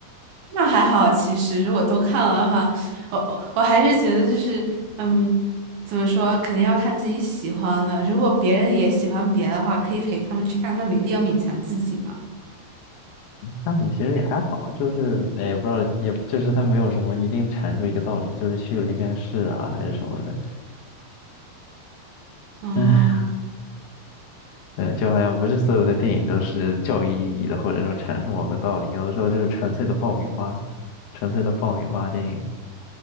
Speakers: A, on the right (about 70°); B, on the left (about 75°).
A: 那还好，其实如果都看了的话，我我还是觉得就是，嗯，怎么说，肯定要看自己喜欢的。如果别人也喜欢别的话，可以陪他们去看，那没必要勉强自己嘛。
B: 那你其实也还好，就是也不知道，也就是它没有什么一定阐述一个道理，就是叙了一遍事啊，还是什么的。
A: 嗯。
B: 唉，对，就好像不是所有的电影都是教育意义的，或者说阐述某个道理，有的时候就是纯粹的爆米花，纯粹的爆米花电影。